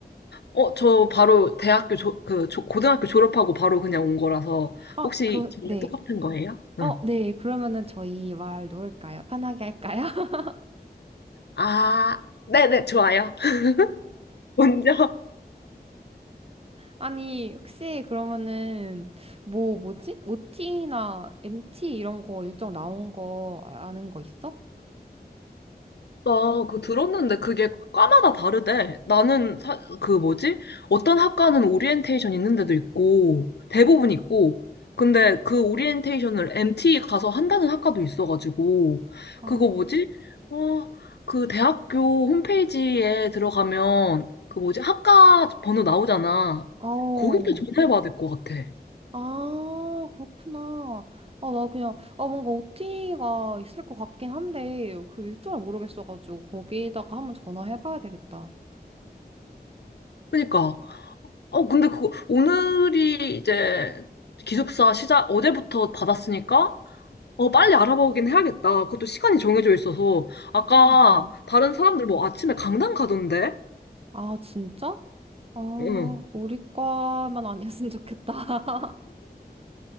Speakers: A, on the left; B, on the right.
A: 어, 저 바로 대학교 조, 그 조- 고등학교 졸업하고 바로 그냥 온 거라서
B: 어,
A: 혹시
B: 그,
A: 저랑
B: 네.
A: 똑같은 거예요? 응.
B: 어, 네. 그러면은 저희 말 놓을까요? 편하게 할까요? <laughs>
A: 아, 네네, 좋아요. <laughs> 먼저
B: 아니, 혹시 그러면은 뭐, 뭐지? OT나 MT 이런 거 일정 나온 거 아는 거 있어?
A: 나 그 들었는데 그게 과마다 다르대. 나는 사, 그 뭐지? 어떤 학과는 오리엔테이션 있는 데도 있고 대부분 있고 근데 그 오리엔테이션을 MT 가서 한다는 학과도 있어가지고
B: 아,
A: 그거 뭐지? 어, 그 대학교 홈페이지에 들어가면 그 뭐지? 학과 번호 나오잖아.
B: 어.
A: 거기다 전화해봐야 될 것 같아.
B: 아, 그렇구나. 아, 나 그냥, 아, 뭔가 OT가 있을 것 같긴 한데, 그 일정을 모르겠어가지고, 거기다가 한번 전화해봐야 되겠다.
A: 그니까 어 근데 그 오늘이 이제 기숙사 시작 어제부터 받았으니까 어, 빨리 알아보긴 해야겠다. 그것도 시간이 정해져 있어서. 아까
B: 그러니까.
A: 다른 사람들 뭐 아침에 강당 가던데?
B: 아, 진짜? 아,
A: 응.
B: 우리 과만 아니었으면 좋겠다. <laughs>